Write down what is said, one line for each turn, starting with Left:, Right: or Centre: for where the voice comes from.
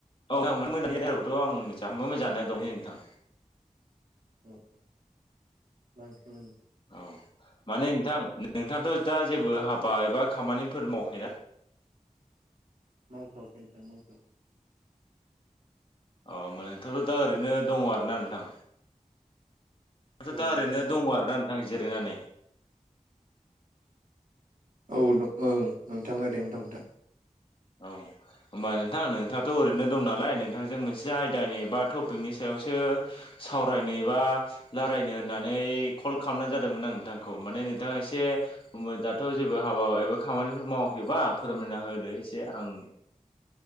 Left: औ मोनानि जानाय आदारखौथ' आं जाखांबायमोन जानाया दहायनो नोंथां।
Right: औ औ मा ओंख्रिमोन?
Left: औ माने नोंथां नोंथाङाथ' दा जेबो हाबा एबा खामानिफोर मावाखैना?
Right: मावथआखै नोंथां मावथ'आखै।
Left: अ ओमबा नोंथांआथ' दा ओरैनो दङ आरोना नोंथां? आंथ
Right: औ
Left: दा
Right: नोंथां
Left: ओरैनो दङ
Right: औ
Left: आरोना नोंथां जिरायनानै।
Right: औ ओं नोंथां ओरैनो दं दा।
Left: औ होमबा नोंथां नोंथाङाथ ओरैनो दं नालाय नोंथांजों मोनसे आयदानि बा टपिकनि सायावसो सावरायनो एबा लारायनो होननानै कल खालामनाय जादोंमोन आं नोंथांखौ माने नोंथाङा एसे उम दाथ' जेबो हाबा एबा खामानिफोर मावाखैबा फोरमायना होदो एसे आं